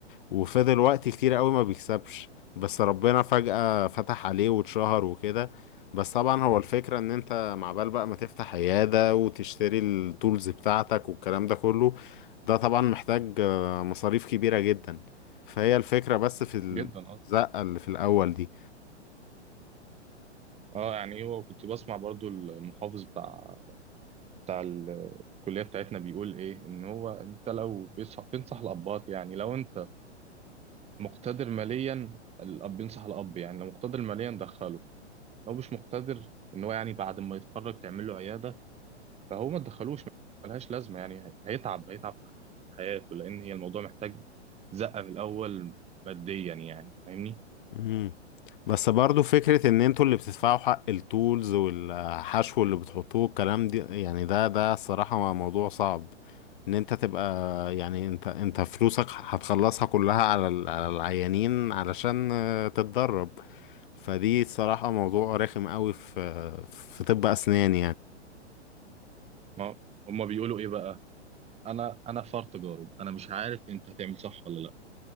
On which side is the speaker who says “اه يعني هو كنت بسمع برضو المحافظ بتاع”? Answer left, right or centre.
Right